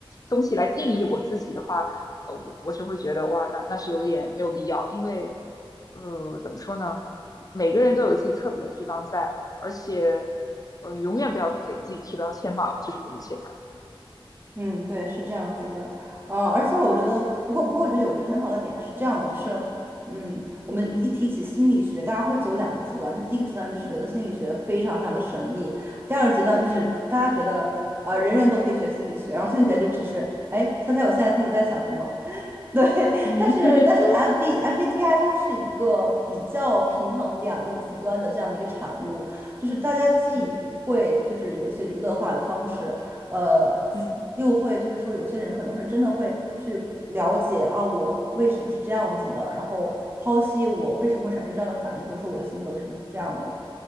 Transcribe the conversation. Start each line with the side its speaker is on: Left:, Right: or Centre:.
Left: 东西来定义我自己的话，呃，我我是会觉得哇，那那是有点没有必要，因为呃怎么说呢？每个人都有自己特别的地方在，而且呃，永远不要给自己贴标签吧，这是我的一些看法。
Right: 嗯，对，是这样子的，呃，而且我觉得，不过不过，我觉得有一个很好的点是这样的，就是，嗯，我们一提起心理学，
Left: 嗯
Right: 大家会走两个极端，就第一个极端就是觉得心理学非常非常的神秘，第二个极端就是大家觉得，
Left: 嗯
Right: 呃，人人都可以学心理学，然后心理学就只是，哎，猜猜我现在心里在想什么，<laughs> 对，
Left: 嗯
Right: 但是但是
Left: <laughs>
Right: MB MBTI 它是一个比较平衡两个极端的这样的一个产物，就是大家既会就是有一些娱乐化的方式，
Left: 嗯
Right: 呃，
Left: 嗯
Right: 又会就是说有些人可能会真的会去了解啊，我为什么是这样子的，然后剖析我为什么会产生这样的反应，或者说我的性格为什么是这样的，